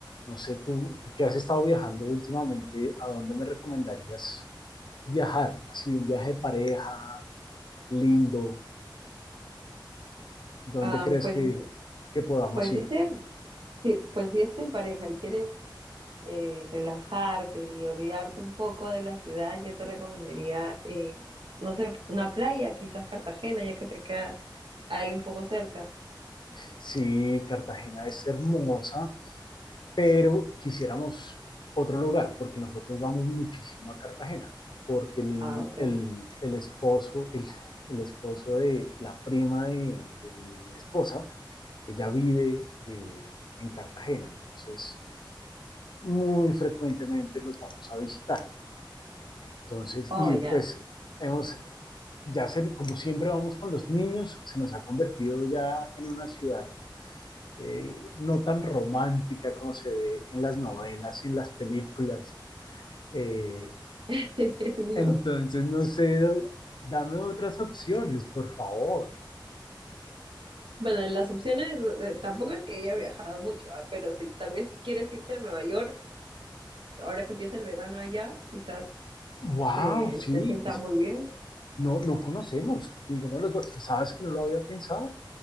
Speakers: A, on the left; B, on the right.
A: No sé, tú, tú que has estado viajando últimamente, ¿a dónde me recomendarías viajar? Así, un viaje de pareja, lindo, ¿dónde
B: Ah,
A: crees
B: pues,
A: que,
B: es-
A: que podamos
B: pues,
A: ir?
B: sí se- sí, pues sí es en pareja y quieres. eh, relajarte y olvidarte un poco de la ciudad, yo te recomendaría, eh, no sé, pues, una playa, quizás Cartagena, ya que te queda ahí un poco cerca.
A: Sí, Cartagena es hermosa, pero quisiéramos otro lugar, porque nosotros vamos muchísimo a Cartagena, porque el,
B: Ah, ok.
A: el, el esposo, el, el esposo de la prima de, de mi esposa Ella vive eh, en Cartagena, entonces muy frecuentemente los vamos a visitar. Entonces,
B: Oh,
A: y
B: ya.
A: pues hemos, ya se, como siempre vamos con los niños, se nos ha convertido ya en una ciudad eh, no tan romántica como se ve en las novelas y en las películas. Eh,
B: <laughs> No.
A: entonces, no sé, dame otras opciones, por favor.
B: Bueno, las opciones, eh, tampoco es que haya viajado mucho, ah, Pero si tal vez si quieres irte a Nueva York, ahora que empieza el verano allá, quizás
A: Wow,
B: te,
A: sí,
B: te sienta
A: pues
B: muy bien.
A: no, no conocemos ninguno de los dos. ¿Sabes que no lo había pensado?